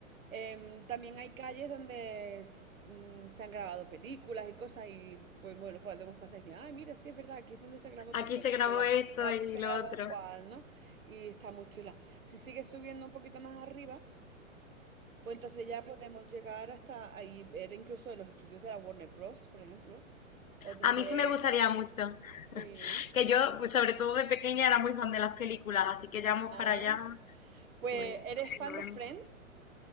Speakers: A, on the right; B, on the left.
A: Em, también hay calles donde s- mm, se han grabado películas y cosas y pues bueno, podemos pasar y decir, ay, mira, sí es verdad, aquí es donde se grabó
B: aquí
A: tal película
B: se grabó esto
A: o aquí
B: y
A: se
B: lo
A: grabó
B: otro.
A: cual, ¿no? Y está muy chula. Si sigues subiendo un poquito más arriba, pues entonces ya podemos llegar hasta ahí, ver incluso de los estudios de la Warner Bros., por ejemplo, o donde...
B: A mí sí me gustaría mucho.
A: Sí.
B: Que yo, pues, sobre todo de pequeña, era muy fan de las películas, así que ya vamos
A: Ah,
B: para allá,
A: pues,
B: pues
A: ¿eres fan
B: lo
A: de
B: vemos.
A: Friends?